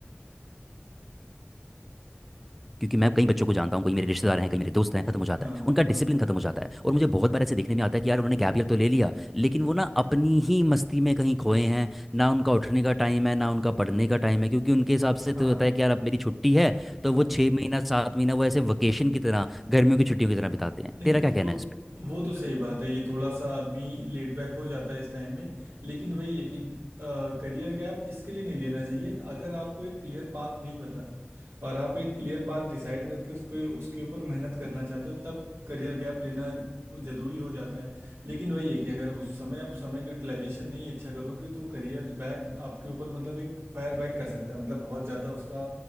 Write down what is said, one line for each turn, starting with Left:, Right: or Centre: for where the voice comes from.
Centre: क्योंकि मैं कई बच्चों को जानता हूँ कई मेरे रिश्तेदार हैं कई मेरे दोस्त हैं खत्म हो जाता
Right: हाँ
Centre: है उनका
Right: हाँ
Centre: डिसिप्लिन खत्म हो जाता है और मुझे बहुत
Right: हाँ
Centre: बार ऐसे देखने में आता है कि यार उन्होंने गैप ईयर तो ले लिया लेकिन वो ना अपनी ही मस्ती में कहीं खोए हैं ना उनका उठने का टाइम है ना उनका पढ़ने का टाइम है क्योंकि उनके हिसाब से
Right: हाँ
Centre: तो होता है कि यार अब मेरी छुट्टी है
Right: हाँ
Centre: तो वो छः महीना सात महीना वो ऐसे वेकेशन की तरह गर्मियों की छुट्टियों की तरह बिताते हैं
Right: नहीं
Centre: तेरा
Right: वो
Centre: क्या कहना है इस
Right: वो तो सही बात है ये थोड़ा सा आदमी लेट बैक हो जाता है इस टाइम में लेकिन वही है कि करियर गैप इसके लिए नहीं लेना चाहिए अगर आपको एक क्लियर पाथ नहीं पता है और आप एक क्लियर पाथ डिसाइड करके उस पे उसके ऊपर मेहनत करना चाहते हो तब करियर गैप लेना हो- जरूरी हो जाता है लेकिन वही है कि अगर उस समय आप समय की यूटिलाइजेशन नहीं अच्छा करोगे तो करियर बैक आपके ऊपर मतलब एक फायर बैक कर सकता है मतलब बहुत ज़्यादा उसका